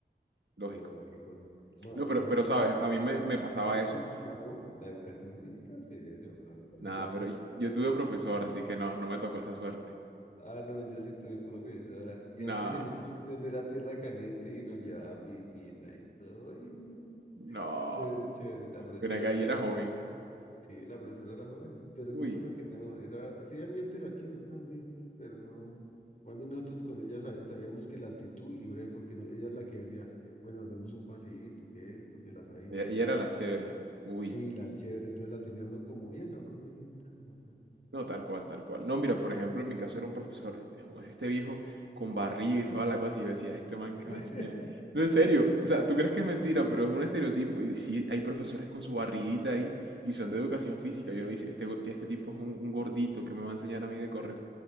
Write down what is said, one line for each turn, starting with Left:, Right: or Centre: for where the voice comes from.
Right: Lógico.
Left: Sí, hola, qué cosa. Ma-
Right: No,
Left: o
Right: pero,
Left: por
Right: pero
Left: ejemplo,
Right: sabes, a
Left: la,
Right: mí me, me pasaba
Left: la educación
Right: eso.
Left: física, ¿no? La educación física, cero. A mí me parecía
Right: Nada,
Left: bacano.
Right: pero y- yo tuve profesor, así que no, no me tocó esa suerte.
Left: Ah, no, yo sí tuve profesora. Y
Right: Nada,
Left: antes en un sitio donde era tierra caliente y nos llevaba a piscina y todo. y, mm,
Right: no.
Left: chévere, chévere. La profesora,
Right: Pero acá
Left: la,
Right: y era joven.
Left: sí, la profesora era joven. Pero
Right: Uy.
Left: qué cosa que no, era así ambiente la china también, bien, pero no. Más bien nosotros con ella sabe- sabíamos que la actitud y breve, porque no- ella es la que decía, bueno, nos vemos un paseíto, que esto, que el asadito
Right: Ella,
Left: y
Right: ella
Left: tal.
Right: era la chévere. Uy.
Left: Sí, la chévere, entonces la tenía uno como bien, la profe bien tan bacán.
Right: No, tal cual, tal cual. No, mira, por ejemplo,
Left: Sí.
Right: en mi caso era un profesor, es este viejo con barriga y toda la cosa, y yo decía, este man que
Left: <laughs>
Right: va a enseñar. No, en serio, o sea, tú crees que es mentira, pero es un estereotipo. Y sí, hay profesores con su barriguita ahí y son de educación física. Yo no dice, este, go- este tipo es un, un gordito que me va a enseñar a mí de correr.